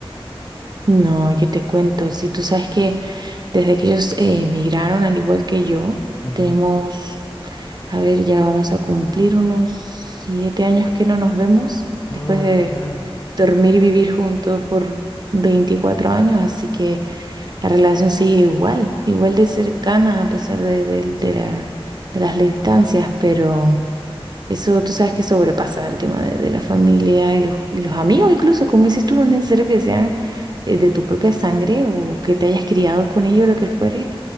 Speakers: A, on the right; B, on the left.
A: No, qué te cuento, si tú sabes que desde que ellos eh, emigraron, al igual que yo,
B: Ujú.
A: tenemos A ver, ya vamos a cumplir unos siete años que no nos vemos después
B: Ah,
A: de
B: mira,
A: dormir y vivir juntos por 24 años, así que la relación sigue igual, igual de cercana a pesar de, de- de la- de las distancias, pero eso tú sabes que sobrepasa el tema de, de la familia y los, y los amigos, incluso como dices tú, no es necesario que sean eh, de tu propia sangre o que te hayas criado con ellos, lo que fuere